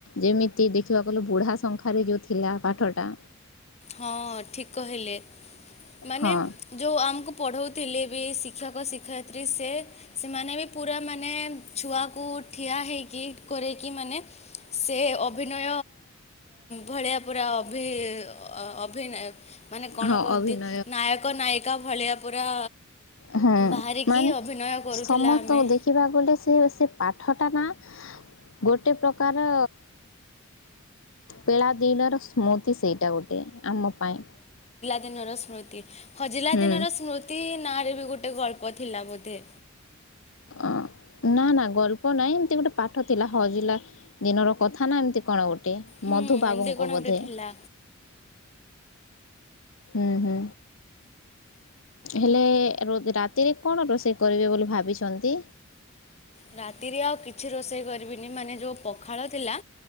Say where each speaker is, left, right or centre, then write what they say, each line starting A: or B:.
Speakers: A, on the left; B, on the left.
A: ଯେମିତି ଦେଖିବାକୁଲେ ବୁଢା ସଂଙ୍ଖାରେ ଯୋଉ ଥିଲା ପାଠଟା।
B: ହଁ ଠିକ କହିଲେ। ମାନେ
A: ହଁ
B: ଯୋଉ ଆମକୁ ପଢଉ ଥିଲେ ବି ଶିକ୍ଷକ ଶିକ୍ଷୟିତ୍ରୀ ସେ ସେମାନେ ବି ପୁରା ମାନେ ଛୁଆକୁ ଠିଆ ହେଇକି କରେଇକି ମାନେ ସେ ଅଭିନୟ ଭଳିଆ ପୁରା ଅଭି ଅ ଅଭିନୟ ମାନେ କଣ
A: ହଁ
B: କହନ୍ତି
A: ଅଭିନୟ
B: ନାୟକ ନାୟିକା ଭଳିଆ। ପୁରା
A: ହୁଁ
B: ବାହାରିକି
A: ମାନେ
B: ଅଭିନୟ କରୁଥିଲା
A: ସମସ୍ତଙ୍କୁ
B: ଆମେ
A: ଦେଖିବାକୁଲେ ସେ ସେ ଠଟା ନା ଗୋଟେ ପ୍ରକାର ପେଳାଦିନର ସ୍ମୃତି ସେଇଟା ଗୋଟେ ଟେ ଆମ ପାଇଁ।
B: ଦିନ ର ସ୍ମୃତି ହଜିଲା
A: ହୁଁ
B: ଦିନର ସ୍ମୃତି ନାରୀ ବି ଗୋଟେ ଗଳ୍ପ ଥିଲା ବୋଧେ
A: ଅ ନା ନା ଗଳ୍ପ ନହିଁ ଏମତି ଗୋଟେ ପାଠ ଥିଲା ହଜିଲା ଦିନର କଥା ନା ଏମତି କଣ ଗୋଟେ। ଗୋଟେ
B: ହୁଁ
A: ମଧୁବାବୁଙ୍କ
B: ଏମିତି କଣ
A: ବୋଧେ।
B: ଗୋଟେ ଥିଲା।
A: ହୁଁ ହୁଁ ହେଲେ ରାତିରେ କଣ ରୋଷେଇ କରିବେ ବୋଲି ଭାବିଛନ୍ତି?
B: ରାତିରେ ଆଉ କିଛି ରୋଷେଇ କରିବିନି ମାନେ ଯୋଉ ପଖାଳ ଥିଲା